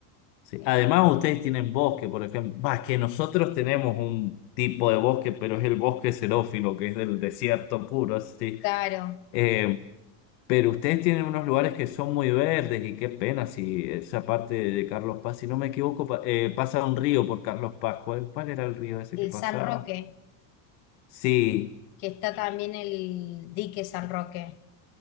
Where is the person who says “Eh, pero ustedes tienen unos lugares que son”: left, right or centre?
Left